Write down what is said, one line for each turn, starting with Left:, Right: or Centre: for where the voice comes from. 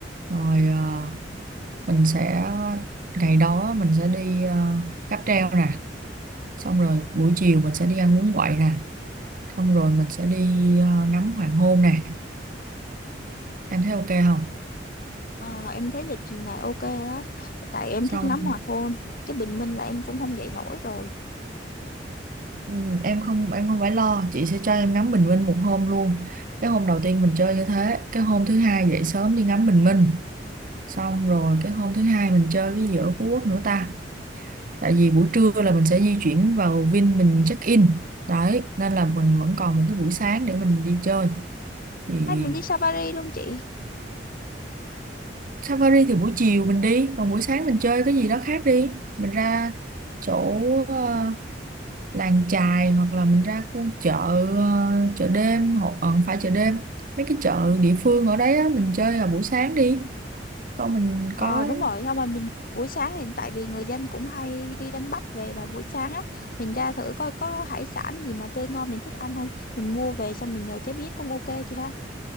Right: rồi à, mình sẽ ngày đó mình sẽ đi à, cáp treo nè xong rồi buổi chiều mình sẽ đi ăn bún quậy nè xong rồi mình sẽ đi à, ngắm hoàng hôn nè em thấy ok không
Left: Ờ, em thấy lịch trình này ok á, tại em
Right: xong
Left: thích ngắm hoàng hôn, chứ bình minh là em cũng không dậy nổi rồi.
Right: Ừ, em không em không phải lo chị sẽ cho em ngắm bình minh một hôm luôn cái hôm đầu tiên mình chơi như thế cái hôm thứ hai dậy sớm đi ngắm bình minh xong rồi cái hôm thứ hai mình chơi cái gì ở Phú Quốc nữa ta tại vì buổi trưa là mình sẽ di chuyển vào Vin mình check in đấy nên là mình vẫn còn một cái buổi sáng để mình đi chơi thì
Left: Hay mình đi safari luôn chị.
Right: Safari thì buổi chiều mình đi còn buổi sáng mình chơi cái gì đó khác đi mình ra chỗ ờ, làng chài hoặc là mình ra khu chợ ờ, chợ đêm hoặc ờ, không phải chợ đêm mấy cái chợ địa phương ở đấy á, mình chơi vào buổi sáng đi còn mình
Left: Ờ
Right: có
Left: đúng rồi, thôi mà mình buổi sáng thì tại vì người dân cũng hay đi đánh bắt về và buổi sáng á, mình ra thử coi có hải sản gì mà tươi ngon mình thích ăn không, mình mua về xong mình nhờ chế biến cũng ok chị ha.